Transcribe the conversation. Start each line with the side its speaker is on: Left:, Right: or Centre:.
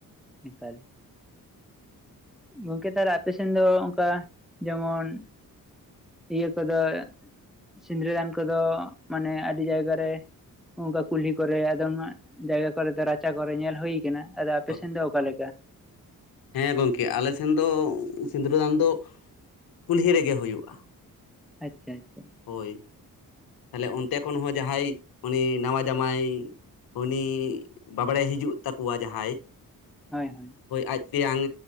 Centre: ᱮᱠᱟᱞ ᱜᱚᱢᱠᱮ ᱛᱟᱦᱚᱞᱮ ᱟᱯᱮ ᱥᱮᱱ ᱫᱚ ᱚᱱᱠᱟ ᱡᱮᱢᱚᱱ ᱤᱭᱟᱹ ᱠᱚᱫᱚ ᱥᱤᱸᱫᱽᱨᱟᱹ ᱫᱟᱱ ᱠᱚᱫᱚ ᱢᱟᱱᱮ ᱟᱹᱰᱤ ᱡᱟᱭᱜᱟ ᱨᱮ ᱚᱱᱠᱟ ᱠᱩᱞᱦᱤ ᱠᱚᱨᱮ ᱟᱫᱚᱢ ᱡᱟᱭᱜᱟ ᱠᱚᱨᱮ ᱨᱟᱪᱟ ᱠᱚᱨᱮ ᱧᱮᱞ ᱦᱩᱭ ᱟᱠᱟᱱᱟ ᱟᱫᱚ ᱟᱯᱮᱥᱮᱱ
Left: ᱦᱳᱭ᱾
Centre: ᱫᱚ ᱚᱠᱟᱞᱮᱠᱟ?
Left: ᱦᱮᱸ ᱜᱚᱝᱠᱮ ᱟᱞᱮ ᱥᱮᱱ ᱫᱚ ᱥᱤᱫᱽᱨᱟᱹ ᱫᱟᱱ ᱫᱚ ᱠᱩᱞᱦᱤ ᱨᱮᱜᱮ ᱦᱩᱭᱩᱜᱼᱟ
Centre: ᱟᱪᱷᱟ ᱟᱪᱷᱟ
Left: ᱦᱳᱭ ᱛᱟᱦᱞᱮ ᱚᱱᱛᱮ ᱠᱷᱚᱱ ᱦᱚᱸ ᱡᱟᱦᱟᱸᱭ ᱢᱟᱱᱮ ᱱᱟᱶᱟ ᱡᱟᱢᱟᱭ ᱩᱱᱤ ᱵᱟᱵᱽᱲᱮ ᱦᱤᱡᱩᱜ ᱛᱟᱠᱚᱣᱟ ᱡᱟᱦᱟᱸᱭ
Centre: ᱦᱳᱭ ᱦᱳᱭ
Left: ᱦᱳᱭ ᱟᱡ ᱛᱮᱭᱟᱝ